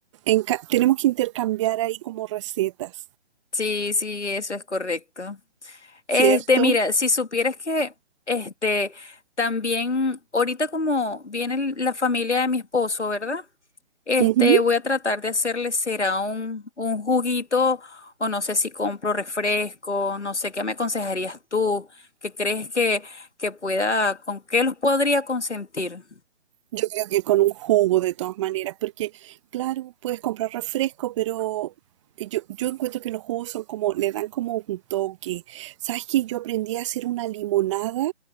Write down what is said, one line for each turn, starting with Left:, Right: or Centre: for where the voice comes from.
Right: Enca- tenemos que intercambiar ahí como recetas,
Left: Sí, sí, eso es correcto. Este,
Right: ¿cierto?
Left: mira, si supieras que, este, también, ahorita como viene el- la familia de mi esposo, ¿verdad? Este,
Right: Ujú.
Left: voy a tratar de hacerle, será un, un juguito, o no sé si compro refresco, no sé, ¿qué me aconsejarías tú? ¿Qué crees que, que pueda, con qué los podría consentir?
Right: Yo creo que con un jugo de todas maneras, porque claro, puedes comprar refresco, pero yo, yo encuentro que los jugos son como, le dan como un toque. ¿Sabes qué? Yo aprendí a hacer una limonada.